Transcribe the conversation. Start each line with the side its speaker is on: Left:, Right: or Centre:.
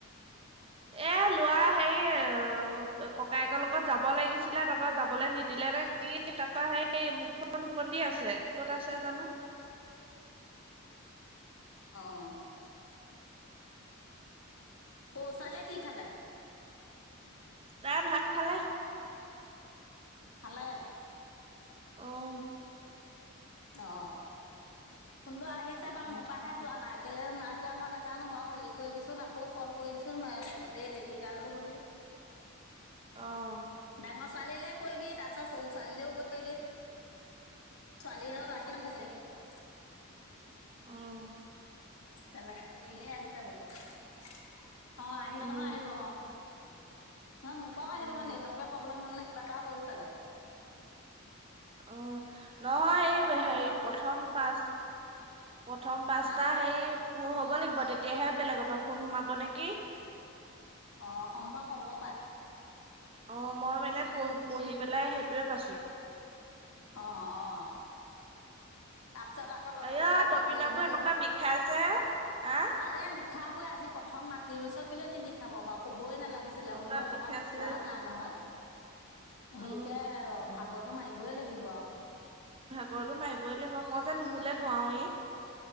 Right: এ লৰা হে ককায়েকৰ লগত যাব লাগিছিলে তাৰ পা যাবলে নিদিলে কি তাৰপা সেই মুখখন ওফন্দি আছে ক'ত আছে জানো <unintelligible>
Left: অঁ সৰু ছোৱালীয়ে কি খালে?
Right: তাই ভাত খালে।
Left: খালে
Right: আহ
Left: অ ফোনটো আহিছে বা
Right: সেইটো
Left: মোৰ পৰাহে
Right: কথা
Left: যোৱা নাই এক কেলে নাই যোৱা মই নাজানো বাৰু হেৰি কৰিবিচোন আকৌ কল কৰিবিচোন মই এই লিপিকালেও কৰিবি।
Right: আহ
Left: ন ছোৱালীলৈ কৰিবি তাৰপিছত সৰু ছোৱালীলেও কৰিবি পাৰিবি। ছোৱালী আৰু ন বলে <unintelligible>
Right: আহ
Left: তেনেকে কৰিলেই আহি যাব। অ আহিবা
Right: উম
Left: নহয় আহিব অ নহয় মোৰ পৰাও
Right: উম
Left: আহিব মানে নেটৱৰ্কৰ প্ৰব্লেম হ'ল নে কিবা পৰা হ'ল চাগে।
Right: অ নহয় এই
Left: তই ঠাই
Right: হে
Left: ঘৰ
Right: প্ৰথম পাঁচ প্ৰথম পাঁচটা
Left: হা
Right: হেৰি পুৰ হব লাগিব তেতিয়াহে বেলেগৰ পৰা ফোন সোমাব নেকি
Left: অ সম্ভৱ হ'ব পাই
Right: অ মই মানে পঢ় পঢ়ি পেলাই সেইটোৱে পাইছো।
Left: অ অ তাৰপিছত আকৌ লগৰ
Right: এয়া
Left: লগে
Right: তপিনাবোৰ
Left: হেৰি কৰি দিব
Right: এনেকুৱা
Left: লাগিব।
Right: বিষাইছে আহ
Left: আৰু এই মিঠা বৈ আজি প্ৰথম মাটি ৰুইচ কেলে নিবি খাব বাৰু শুবই নালাগিছিলে
Right: এনেকুৱা
Left: হ'লেও অকমান
Right: বিষাইছে
Left: শোৱা নাই নহয়। হেৰিকে
Right: অ
Left: ভাগৰটো মাৰিবই লাগিব আৰু।
Right: ভাগৰতো মাৰিবই লাগিব মই যে নুহলে নোৱাৰোৱেই।